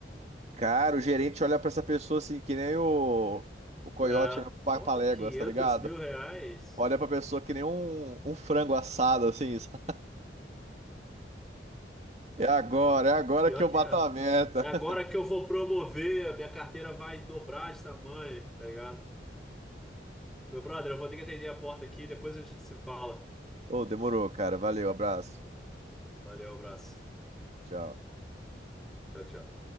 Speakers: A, on the right (about 40°); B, in the centre.
A: Cara, o gerente olha pra essa pessoa assim, que nem o, o coiote
B: É,
A: olha pro Papaléguas,
B: oh, 500
A: tá ligado?
B: mil reais?
A: olha pra pessoa que nem um, um frango assado, assim. sabe? É agora, é agora
B: Pior
A: que eu
B: que
A: bato
B: é.
A: a meta.
B: É agora
A: <laughs>
B: que eu vou promover, a minha carteira vai dobrar de tamanho, tá ligado? Meu brother, eu vou ter que atender a porta aqui, depois a gente se fala.
A: Ô, demorou, cara. Valeu, abraço.
B: Valeu, abraço.
A: Tchau.
B: Tchau, tchau.